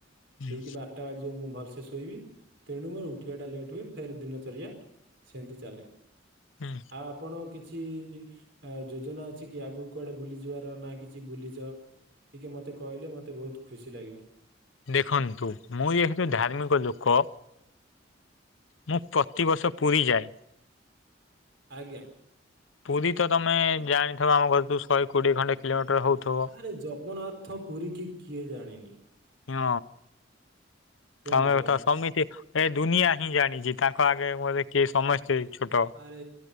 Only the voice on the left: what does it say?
ହୁଁ
ହୁଁ।
ଦେଖନ୍ତୁ ମୁଁ ଯେହେତୁ ଧାର୍ମିକ ଲୋକ। ମୁଁ ପ୍ରତିବର୍ଷ ପୁରୀ ଯାଏ।
ପୁରୀ ତ ତମେ ଜାଣିଥିବ ଆମ ଘରଠୁ ଶହେ କୋଡିଏ ଖଣ୍ଡେ କିଲୋମିଟର ହଉଥୁବ।
ହଁ
ତମେ
ଏକା ସମିତି ଏ ଦୁନିଆ ହିଁ ଜାଣିଛି। ତାଙ୍କ ଆଗେ ମୋତେ କିଏ ସମସ୍ ସେଇ ଛୋଟ